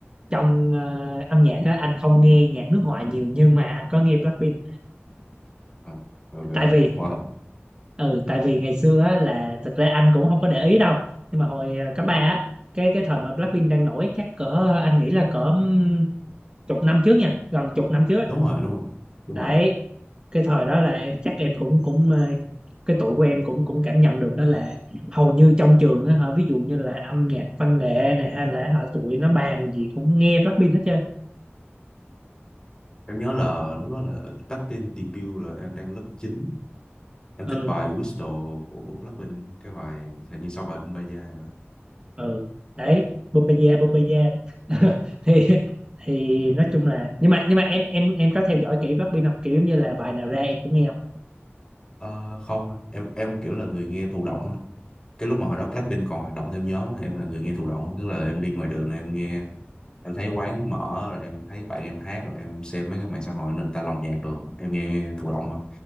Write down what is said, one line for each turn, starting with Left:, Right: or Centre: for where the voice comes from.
Right: trong ờ, âm nhạc á anh không nghe nhạc nước ngoài nhiều nhưng mà anh có nghe Blackpink
Left: Ờ, ok,
Right: tại vì
Left: Wow.
Right: ừ tại vì ngày xưa á, là thực ra anh cũng không có để ý đâu nhưng mà hồi ờ, cấp ba á cái cái thời mà Blackpink đang nổi chắc cỡ anh nghĩ là cỡ ừm, chục năm trước nha gần chục năm trước á.
Left: Đúng rồi, đúng rồi, đúng
Right: đấy
Left: rồi.
Right: cái thời đó là em- chắc em cũng cũng ờ, cái tuổi của em cũng cũng cảm nhận được đó là hầu như trong trường á hả ví dụ như là âm nhạc văn nghệ này hay là hả, tụi nó bàn gì cũng nghe Blackpink hết trơn
Left: Em nhớ là lúc đó là Blackpink debut là em đang lớp 9. em
Right: ừ
Left: thích bài Whistle của Blackpink cái bài hình như sau bài Bumbaya rồi
Right: ừ đấy Bupeya Bupeya <laughs> thì thì nói chung là nhưng mà nhưng mà em em em có theo dõi kỹ rugby không kiểu giống như là bài nào ra em cũng nghe không
Left: Ờ, không anh em em kiểu là người nghe thụ động anh. cái lúc mà hồi đó Blackpink còn hoạt động theo nhóm á, em là người nghe thụ động tức là em đi ngoài đường em nghe em thấy quán mở rồi em thấy bạn em hát rồi em xem mấy cái mạng xã hội người ta lồng nhạc rồi em nghe thụ động thôi